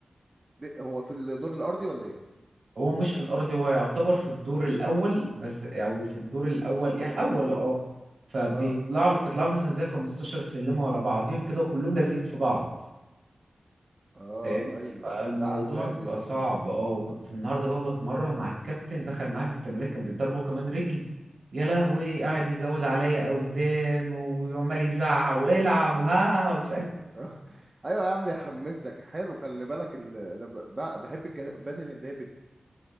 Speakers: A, on the right; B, on the right.
A: ليه؟ هو في الدور الارضي ولا ايه
B: هو مش في الارض هو يعتبر في الدور الاول بس او في الدور الاول يعني الاول اه فبيطلع
A: اه
B: له بتطلع له مثلا زي 15 سلمة ورا بعضيهم كده وكلهم لازقين في بعض
A: اه
B: فاهم
A: ايوه
B: فالموضوع
A: ده عذاب
B: بيبقى
A: يا راجل
B: صعب اه وكنت النهارده بقى بتمرن مع الكابتن دخل معايا في التمرين كان بيتضرب هو كمان رجل يا لهوي
A: مم.
B: قاعد يزود عليا اوزان وعمال يزعق والعب وها ومش عارف
A: <laughs> آه. ايوه يا عم يحمسك حلو خلي بالك ال... انا ب... ب- بحب الكباتن اللي هي بت